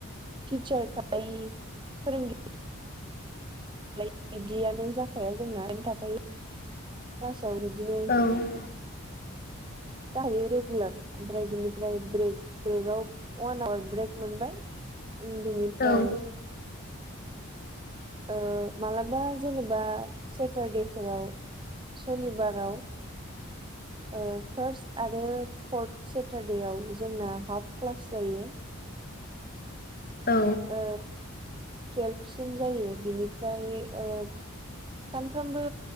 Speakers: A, on the right (about 20°); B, on the left (about 40°).
A: टितचार थायो फोरोंगिरि बिदियानो जाखाया जोंना ओरैनो थाखायो क्लासाव बिदिनो
B: औ
A: जाहायो रेगुलार ओमफ्राय बिनिफ्राय ब्रेक ब्रेकआव वान आवार ब्रेक मोनबाय बेनिफ्राय
B: औ
A: ओ मालाबा जेनेबा सेटारडे फोराव सनिबाराव ओ फार्स्ट आरो फर्थ सेटारडेआव जोंना हाफ क्लास जायो।
B: औ
A: ओ टुवेल्भसिम जायो बिनिफ्राय ओ सानफ्रामबो